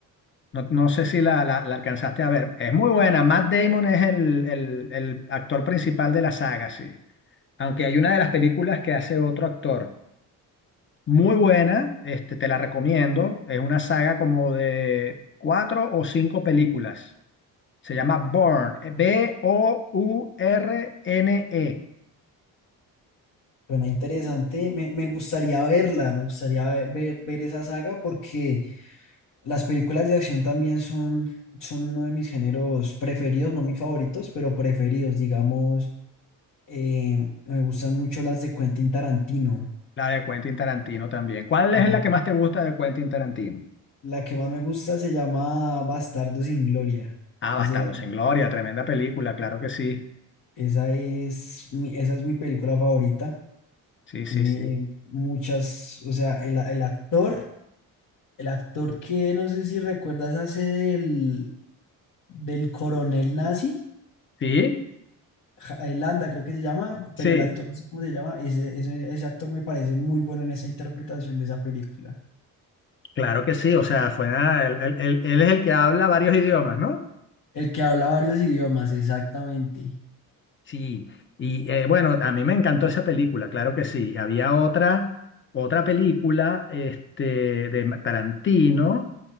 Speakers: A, on the left; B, on the left.
A: No, no sé si la, la- la alcanzaste a ver. Es muy buena. Matt Damon es el, el- el actor principal de la saga, sí. Aunque hay una de las películas que hace otro actor. Muy buena, este, te la recomiendo. Es una saga como de cuatro o cinco películas. Se llama Bourne B-O-U-R-N-E.
B: Suena interesante, me, me gustaría verla, me gustaría ve- ver, ver esa saga porque las películas de acción también son, son uno de mis géneros preferidos, no mis favoritos, pero preferidos, digamos, eh, me gustan mucho las de Quentin Tarantino.
A: La de Quentin Tarantino también. ¿Cuál
B: La
A: es
B: que
A: la que más te gusta de Quentin Tarantino?
B: la que más me gusta se llama Bastardo sin Gloria.
A: Ah,
B: Es
A: Bastardos
B: de la-
A: sin Gloria, tremenda película, claro que sí.
B: esa es mi, esa es mi película favorita.
A: Sí,
B: Tiene
A: sí, sí.
B: muchas, o sea, el el actor. El actor que no sé si recuerdas hace del, del coronel nazi,
A: Sí,
B: Ja- eh, Landa creo que se llama,
A: sí,
B: pero el actor no sé cómo se llama, ese, ese, ese actor me parece muy bueno en esa interpretación de esa película.
A: claro que sí. O sea, fue nada, él, él- él- él es el que habla varios idiomas, ¿no?
B: El que habla varios idiomas, exactamente.
A: Sí. Y eh, bueno, a mí me encantó esa película, claro que sí. Y había otra, otra película este, de Ma- Tarantino